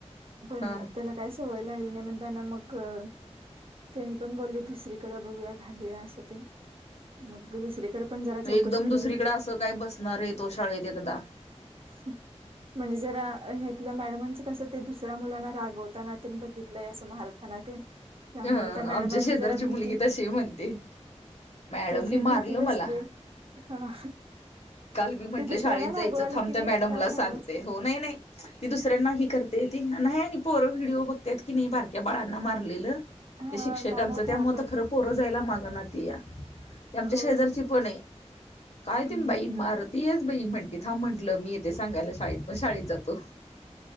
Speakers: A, on the right; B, on the left.
A: पण
B: हा
A: त्याला काय सवय लागली नाही, म्हणताना मग अ. त्यांनी पण बोललीत, दुसरीकड बघूया-घालूया असं तेन मग दुसरीकडे पण जरा
B: मग
A: चौकशी
B: एकदम
A: केली
B: दुसरीकडे असं काय बसणार आहे तो शाळेत एकदा.
A: <unintelligible> म्हणजे जरा हीथल्या मॅडमांचं कसं, ते दुसऱ्या मुलांना रागवताना त्याने बघितलंय असं मारत त्यांना ते. त्यामुळे
B: ह
A: त्या मॅडमांची
B: आमच्या शेजारची
A: जरा भीती,
B: मुलगी तशी म्हणते मॅडमनी
A: त्याची भीती
B: मारलं
A: बसली.
B: मला
A: हा.
B: काल मी म्हटले,
A: ते दुसऱ्यांना
B: शाळेत जायचं
A: रागवाले
B: थांब
A: की नाही
B: त्या मॅडमला
A: ह्यालाच
B: सांगते. हो नाही-नाही ती दुसऱ्यांना ही करते, ती नाही आणि पोर व्हिडिओ बघ त्यात कणी बारक्या मुलांना मारलेल,
A: हा
B: ते शिक्षकांचं त्यामुळे
A: घाबरतात
B: ते खरं पोर जायला मागना तेया, ते आमच्या
A: हो
B: शेजारची पण आहे. काय
A: हम्म
B: ते बाई मारतीयाच बाई म्हणते, थांब म्हटलं मी येते सांगायला शाळेत. म शाळेत जातो